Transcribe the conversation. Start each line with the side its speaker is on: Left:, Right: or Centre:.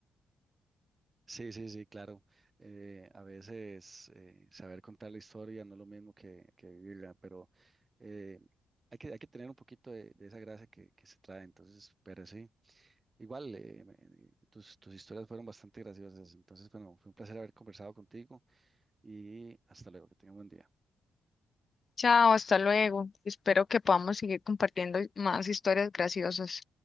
Right: Sí, sí, sí, claro. Eh, a veces eh, saber contar la historia no es lo mismo que, que vivirla, pero eh, hay que, hay que tener un poquito de, de esa gracia que, que se trae. Entonces, pero sí, igual eh, me- tus, tus historias fueron bastante graciosas. Entonces, bueno, fue un placer haber conversado contigo y hasta luego, que tengan buen día.
Left: Chao, hasta luego. Espero que podamos seguir compartiendo más historias graciosas.